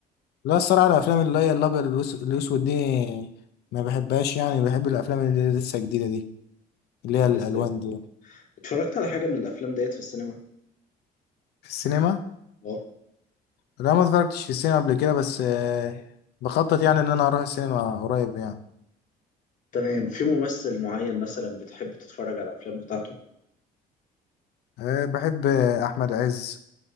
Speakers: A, on the left; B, on the left.
A: لا الصراحه الافلام اللي هي الابيض الأس- الاسود دي ما بحبهاش يعني بحب الافلام اللي لسه جديده دي اللي
B: اللي
A: هي الالوان
B: لسه
A: دي
B: اتفرجت على حاجة من الافلام ديت في السينما؟
A: في السينما
B: اه
A: لا ما اتفرجتش في السينما قبل كده بس آه، بخطط يعني ان انا اروح السينما قريب يعني
B: تمام في ممثل معين مثلا بتحب تتفرج على الافلام بتاعته؟
A: آه، بحب آه، احمد عز